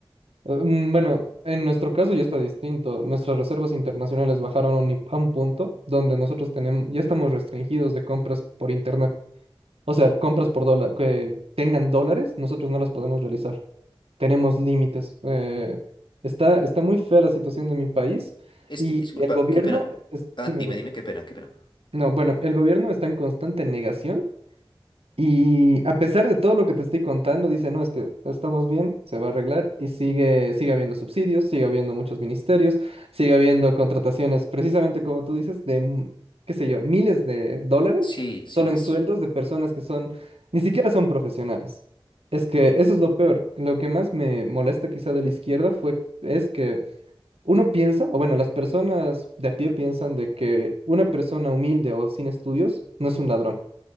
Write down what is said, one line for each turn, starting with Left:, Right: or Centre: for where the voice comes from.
Right: Eh, mm, Bueno, en nuestro caso ya está distinto. Nuestras reservas internacionales bajaron a un, a un punto donde nosotros tenemos, ya estamos restringidos de compras por internet. O sea, compras por dólar, que tengan dólares, nosotros no las podemos realizar. Tenemos límites. Eh, está, está muy fea la situación de mi país
Left: Es,
Right: y
Left: disculpa,
Right: el gobierno,
Left: qué pena.
Right: es-
Left: Ah,
Right: dime,
Left: dime,
Right: dime.
Left: dime, qué pena, qué pena.
Right: No, bueno, el gobierno está en constante negación y a pesar de todo lo que te estoy contando, dice, no, es que estamos bien, se va a arreglar y sigue, sigue habiendo subsidios, sigue habiendo muchos ministerios, sigue habiendo contrataciones, precisamente como tú dices, de, mm, qué sé yo, miles de dólares
Left: Sí,
Right: solo
Left: sí, es.
Right: en sueldos de personas que son, ni siquiera son profesionales. Es que eso es lo peor. Lo que más me molesta quizá de la izquierda fue, es que uno piensa, o bueno, las personas de a pie piensan de que una persona humilde o sin estudios no es un ladrón.